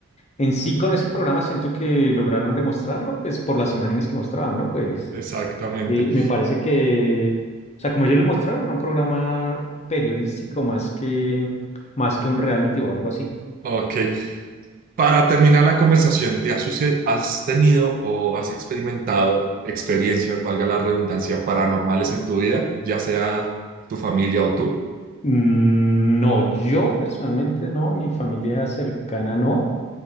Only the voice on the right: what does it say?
Exactamente.
Ok. Para terminar la conversación, ¿te has, suce- has tenido o has experimentado experiencias, valga la redundancia, paranormales en tu vida, ya sea tu familia o tú?